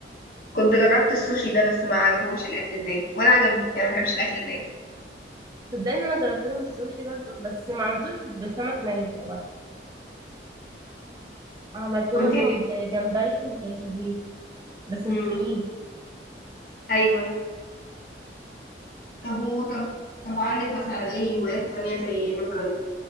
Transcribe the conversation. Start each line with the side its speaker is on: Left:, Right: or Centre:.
Left: كنت جربت السوشي ده بس ما عجبهمش الاكل الني ولا عجبني يعني ما بحبش الاكل الني
Right: صدقني انا جربت لهم السوشي برضو بس ما عملتوش بسمك ني بصراحه عملته
Left: كنت
Right: لهم بجمبري وسبيط بس
Left: امم
Right: مستويين
Left: ايوه ايوه طب و طب طب وعندك مثلا اي هوايات تانية زي مثلا